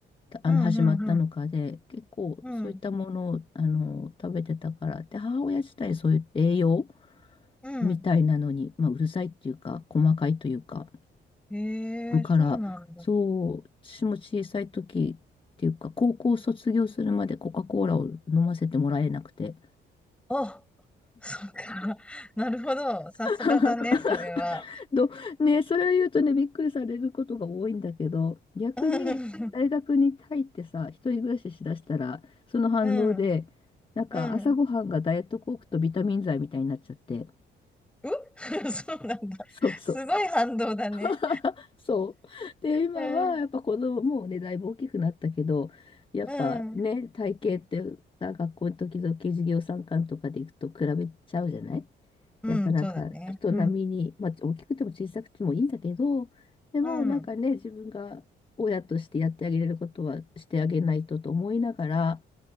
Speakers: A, on the left; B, in the centre.
A: たあの、
B: うん、
A: 始まったのかで、
B: うん、うん、
A: 結構そういったものを、
B: うん。
A: あの、食べてたから、で、母親自体そういう栄養
B: うん
A: みたいなのに、まあ、うるさいっていうか、細かいというか、
B: へえ、
A: だから、
B: そうなんだ。
A: そう、私も小さい時っていうか、高校卒業するまでコカ・コーラを飲ませてもらえなくて、
B: あ、そっか。なるほど。さすがだね、
A: <laughs>
B: それは。
A: ど、ね、それを言うとね、びっくりされることが多いんだけど、逆に大学に入ってさ、
B: うん、
A: 一人暮らししだしたら、その反動で、
B: うん、
A: なんか朝ごはんがダイエットコークとビタミン剤みたいになっちゃって、
B: うん。う <laughs> そうなんだ。
A: そうそう。
B: すごい反動だね。
A: <laughs> そう。で、今はやっぱ子供もうね、
B: うん、
A: だいぶ大きくなったけど、やっぱね、
B: うん、
A: 体型ってさ、学校の時々授業参観とかで行くと比べちゃうじゃない
B: うん、
A: やっぱなんか人並みに、
B: そうだね。うん、
A: まあ、大きくても小さくてもいいんだけど、でもなんかね、
B: うん、
A: 自分が親としてやってあげれることはしてあげないとと思いながら、